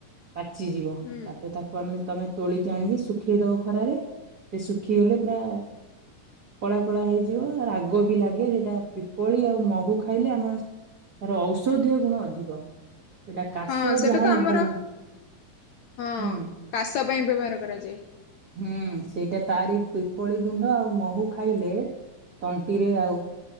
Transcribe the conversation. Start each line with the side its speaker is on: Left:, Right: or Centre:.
Right: ପାଚିଯିବ
Left: ହୁଁ
Right: ତାପରେ ତାକୁ ଆମେ ତମେ ତୋଳିକି ଆଣିକି ଶୁଖେଇଦବ ଖରାରେ। ସେ ଶୁଖିଗଲେ ପୁରା କଳା କଳା ହେଇଯିବ ରାଗ ବି ଲାଗେ ସେଇଟା ପିପଳି ଆଉ ମହୁ ଖାଇଲେ ଆମର ତାର ଔଷଧୀୟ ଗୁଣ ଅଧିକ। ସେଇଟା କାଶ
Left: ହଁ ସେଟା
Right: ଯାହାର
Left: ତ ଆମର
Right: ଭଲ
Left: ହଁ
Right: ହୁଁ।
Left: କାଶ ପାଇଁ ବ୍ୟବହାର କରାଯାଏ।
Right: ହୁଁ ସେଇଟା ତାରି ପିପଳି ଗୁଣ୍ଡ ଆଉ ମହୁ ଖାଇଲେ। ତଣ୍ଟିରେ ଆଉ